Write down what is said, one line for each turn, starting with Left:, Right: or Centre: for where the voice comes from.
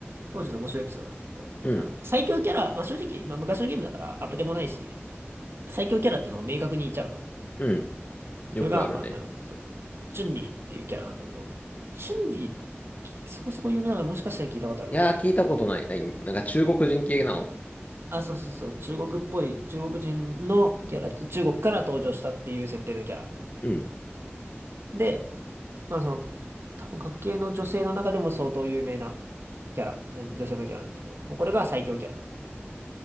Right: 当時の面白いエピソードなんだけど、
Left: うん。
Right: あの、最強キャラ、まあ正直、まあ昔のゲームだからアップでもないし、最強キャラっていうのが明確にいちゃうの。
Left: うん。よくあるね。
Right: それが、まあ、あの、そう、チュンリーっていうキャラなんだけど、チュンリー、きそこそこ有名だからもしかしたら聞いたことあるかもしれない。
Left: いやー、聞いたことない。ない、なんか中国人系なの。
Right: あ、そうそうそう、中国っぽい、中国人のキャラ中国から登場したっていう設定のキャラ。
Left: うん。
Right: で、まあその、多分、各系の女性の中でも相当有名なキャラ、うん女性のキャラなんだけど、もうこれが最強キャラなんで。